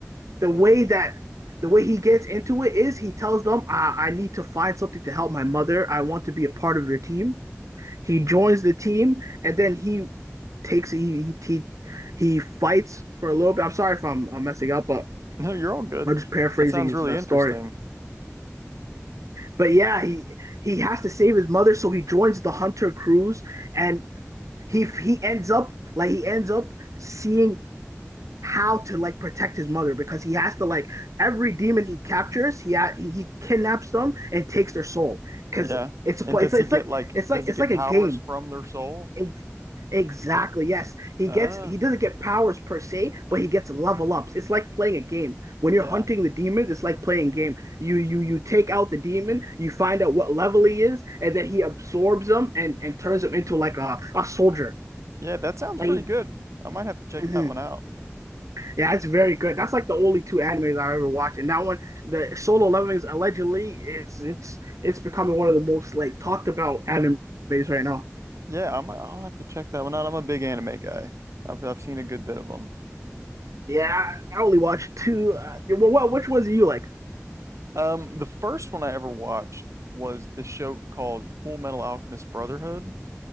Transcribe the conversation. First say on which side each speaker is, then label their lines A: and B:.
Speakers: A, on the right; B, on the right.
A: the way that the way he gets into it is he tells them, I, I need to find something to help my mother. I want to be a part of your team. He joins the team and then he takes he he he, fights for a little bit. I'm sorry if I'm, I'm messing up, but
B: No, you're all good.
A: I'm just paraphrasing
B: That sounds
A: his
B: really
A: uh, story.
B: interesting.
A: But yeah, he he has to save his mother, so he joins the hunter crews and he he ends up like he ends up seeing how to like protect his mother because he has to like every demon he captures, he ha- he, he kidnaps them and takes their soul because
B: Yeah.
A: it's a
B: And
A: play.
B: does
A: It's, it's
B: he get
A: like
B: like
A: it's like
B: does he
A: it's
B: get
A: like a
B: powers
A: game.
B: from their soul?
A: Ex- Exactly. Yes, he
B: Uh,
A: gets he doesn't get powers per se, but he gets level ups. It's like playing a game. When you're
B: yeah.
A: hunting the demons, it's like playing game. You you you take out the demon, you find out what level he is, and then he absorbs them and and turns him into like a a soldier.
B: Yeah, that sounds
A: Like.
B: pretty good. I might have to check
A: mhm.
B: that one out.
A: Yeah, it's very good. That's like the only two animes I've ever watched, and that one, the Solo Leveling, is allegedly it's it's it's becoming one of the most like talked about animes right now.
B: Yeah, I might, I'll have to check that one out. I'm a big anime guy. I've I've seen a good bit of them.
A: Yeah, I only watched two. Uh, yeah, well, what which ones do you like?
B: Um, the first one I ever watched was this show called Full Metal Alchemist Brotherhood,